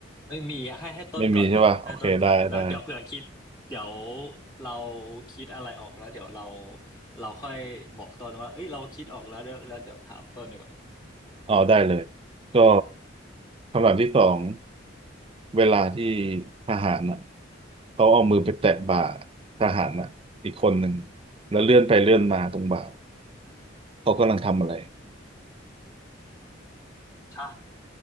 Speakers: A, on the left; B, on the right.
A: ไม่มีให้ให้ต้นก่อนเลยให้ต้นก่อนแล้วเดี๋ยวเผื่อคิดเดี๋ยว
B: ไม่มีใช่ป่ะโอเคได้ได้
A: เราคิดอะไรออกแล้วเดี๋ยวเราเราค่อยบอกต้นว่าเอ้ยเราคิดออกแล้วเดี๋ยวแล้วเดี๋ยวถามต้นดีกว่า
B: อ๋อได้เลยก็คำถามที่สองเวลาที่ทหารอ่ะเขาเอามือไปแตะบ่าทหารอ่ะอีกคนหนึ่งแล้วเลื่อนไปเลื่อนมาตรงบ่าเขากำลังทำอะไร
A: ใช่